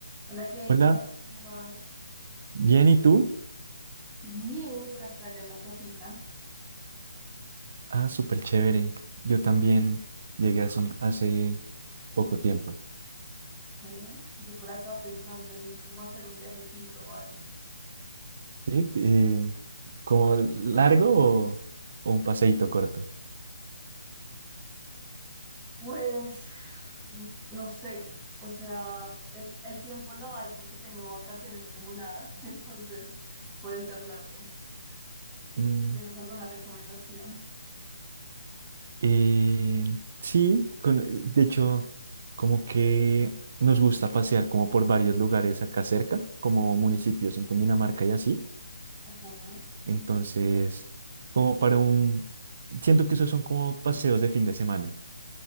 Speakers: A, in the centre; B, on the right (about 35°).
A: Hola Jacob,
B: Hola,
A: ¿cómo vas?
B: bien, ¿y tú?
A: Bien, por acá ya en la casita.
B: Ah, súper chévere. Yo también llegué hace, un- hace poco tiempo.
A: ¿Eh? Yo por acá pensando en cómo hacer un viajecito o algo.
B: ¿Sí? Eh, ¿como largo o, o un paseíto corto?
A: Pues n- no sé, o sea, el, el tiempo lo hay porque tengo vacaciones acumuladas, <laughs> entonces puede ser largo.
B: Mm,
A: ¿Tienes alguna recomendación?
B: eh, sí, con- de hecho, como que nos gusta pasear como por varios lugares acá cerca, como municipios en Cundinamarca y así.
A: Ajá,
B: Entonces, como para un... Siento que esos son como paseos de fin de semana.